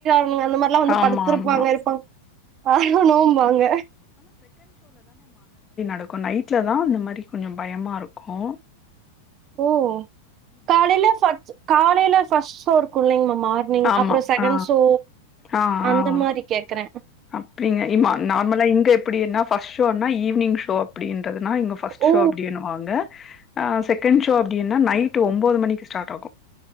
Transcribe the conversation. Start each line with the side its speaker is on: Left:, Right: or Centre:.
Right: ந்னுங்க அந்த மாரில்லா வந்து
Left: ஆமா,
Right: படுத்திருப்பாங்க
Left: ஆமா.
Right: இருப்பாங் ஆரணும்பாங்க
Left: டக்கு நைட்ல தா இந்த மாரி கொஞ்சோ பயமா இருக்கு
Right: ஓ காலையில வஜ்ஸ் காலையில ஃபர்ஸ்ட் ஷோ இருக்கு இல்லேங்கமாம் மார்னிங்
Left: ஆமா.
Right: அப்புறோ செகண்ட்
Left: ஆ.
Right: சோ
Left: ஆ,
Right: அந்த
Left: ஆ.
Right: மாரி கேக்குற
Left: அப்டிங்க இம்மா நார்மலா இங்க எப்பிடின ஃபஸ்ட் ஷோனா ஈவினிங் ஷோ அப்டீன் ததுனா இங்க ஃபர்ஸ்ட்
Right: ஓ
Left: ஷோ அப்டினுவாங்க ஆ செகண்ட் ஷோ அப்டின்னா நைட் ஒம்போது மணிக்கு ஸ்டார்ட் ஆகு